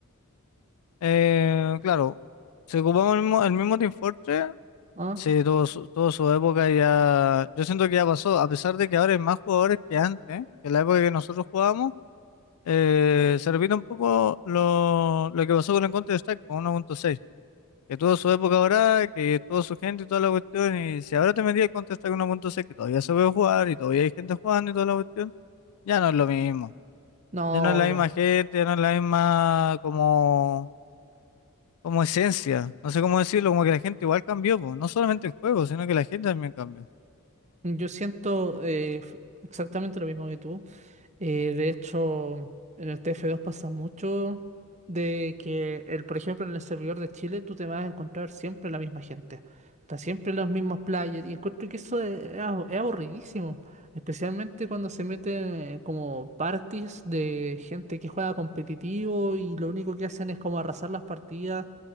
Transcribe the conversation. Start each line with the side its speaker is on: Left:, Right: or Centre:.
Left: Eh, claro, se ocupamos el mismo, el mismo Team Fortress.
Right: ¿Ah?
Left: Sí, tuvo su, tuvo su época y ya. Yo siento que ya pasó, a pesar de que ahora hay más jugadores que antes, que en la época que nosotros jugábamos, eh, se repite un poco lo, lo que pasó con el Counter-Strike con 1.6, que tuvo su época ahora, que tuvo su gente y toda la cuestión. Y si ahora te metías el Counter-Strike 1.6, que todavía se puede jugar y todavía hay gente jugando y toda la cuestión, ya no es lo mismo.
Right: No,
Left: Ya no es la
Right: obvio.
Left: misma gente, ya no es la misma como, como esencia. No sé cómo decirlo, como que la gente igual cambió, po. No solamente el juego, sino que la gente también cambió.
Right: Yo siento eh, f- exactamente lo mismo que tú. Eh, de hecho, en el tf dos pasa mucho de que, el, por ejemplo, en el servidor de Chile tú te vas a encontrar siempre la misma gente. Está siempre los mismos players y encuentro que eso es, es abu- es aburridísimo. Especialmente cuando se meten como parties de gente que juega competitivo y lo único que hacen es como arrasar las partidas.